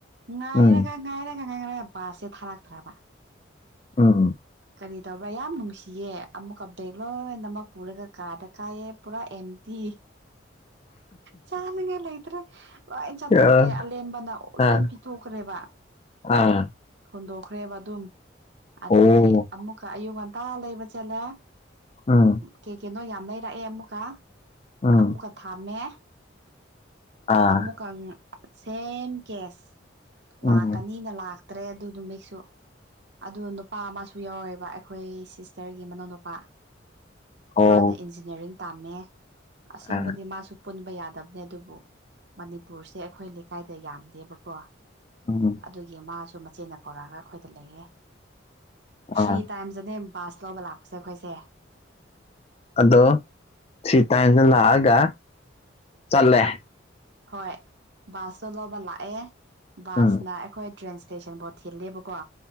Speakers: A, on the right; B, on the left.
A: ꯉꯥꯏꯔꯒ
B: ꯎꯝ
A: ꯉꯥꯏꯔꯒ ꯉꯥꯏꯔꯒ ꯕꯥꯁꯁꯦ ꯊꯥꯔꯛꯇ꯭ꯔꯕ
B: ꯎꯝ
A: ꯀꯔꯤ ꯇꯧꯕ꯭ꯔꯥ ꯌꯥꯝ ꯅꯨꯡꯁꯤꯌꯦ ꯑꯃꯨꯛꯀ ꯕꯦꯠ ꯂꯣꯏꯅꯃꯛ ꯄꯨꯔꯒ ꯀꯥꯗ ꯀꯥꯏꯑ ꯄꯨꯔꯥ ꯑꯦꯝꯇꯤ ꯆꯥꯅꯉꯥꯏ ꯂꯩꯇ꯭ꯔꯦ ꯂꯣꯏ ꯆꯥꯊꯣꯛꯈ꯭ꯔꯦ
B: ꯑꯥ
A: ꯑꯂꯦꯝꯦꯝꯕꯅ ꯂꯣꯏ
B: ꯑꯥ
A: ꯄꯤꯊꯣꯛꯈ꯭ꯔꯦꯕ
B: ꯑꯥ
A: ꯍꯣꯟꯗꯣꯛꯈ꯭ꯔꯦꯕ ꯑꯗꯨꯝ ꯑꯗꯨꯒꯤ
B: ꯑꯣ
A: ꯑꯃꯨꯛꯀ ꯑꯌꯨꯛ ꯉꯟꯇꯥ ꯂꯩꯕ ꯆꯠꯂꯦ
B: ꯎꯝ
A: ꯀꯩ ꯀꯅꯣ ꯌꯥꯝ ꯂꯩꯔꯛꯑꯦ ꯑꯃꯨꯛꯀ
B: ꯎꯝ
A: ꯑꯃꯨꯛꯀ ꯊꯝꯃꯦ
B: ꯑꯥ
A: ꯑꯃꯨꯛꯀ ꯁꯦꯝ ꯀꯦꯁ
B: ꯎꯝ
A: ꯂꯥꯛꯀꯅꯤꯅ ꯇ꯭ꯔꯦ ꯑꯗꯨꯗꯨꯕꯦꯛꯁꯨ ꯑꯗꯨ ꯅꯨꯄꯥ ꯃꯥꯁꯨ ꯌꯥꯎꯋꯦꯕ ꯑꯩꯈꯣꯏ ꯁꯤꯁꯇꯔꯒꯤ ꯃꯅꯥꯎꯅꯨꯄꯥ
B: ꯑꯣ
A: ꯃꯥꯅ ꯏꯟꯖꯤꯅꯤꯌꯥꯔꯤꯡ ꯇꯥꯝꯃꯦ ꯑꯁꯦꯡꯕꯗꯤ
B: ꯑꯥ
A: ꯃꯥꯁꯨ ꯄꯨꯟꯕ ꯌꯥꯗꯕꯅꯦ ꯑꯗꯨꯕꯨ ꯃꯅꯤꯄꯨꯔꯁꯦ ꯑꯩꯈꯣꯏ ꯂꯩꯀꯥꯏꯗ ꯌꯥꯝꯗꯦꯕꯀꯣ
B: ꯎꯝ
A: ꯑꯗꯨꯒꯤ ꯃꯥꯁꯨ ꯃꯆꯦꯟꯅ ꯀꯧꯔꯛꯑꯒ ꯑꯩꯈꯣꯏꯗ ꯂꯩꯌꯦꯦ
B: ꯑꯥ
A: ꯊ꯭ꯔꯤ ꯇꯥꯏꯝꯁꯇꯅꯦ ꯕꯥꯁ ꯂꯧꯕ ꯂꯥꯛꯄꯁꯦ ꯑꯩꯈꯣꯏꯁꯦ
B: ꯑꯗꯣ ꯊ꯭ꯔꯤ ꯇꯥꯏꯝꯁꯇ ꯂꯥꯛꯑꯒ ꯆꯠꯂꯦ
A: ꯍꯣꯏ ꯕꯥꯁꯇ ꯂꯧꯕ ꯂꯥꯛꯑꯦ ꯕꯥꯁꯅ
B: ꯎꯝ
A: ꯑꯩꯈꯣꯏ ꯇ꯭ꯔꯦꯟ ꯁꯟꯕꯣꯠ ꯊꯤꯜꯂꯦꯕꯀꯣ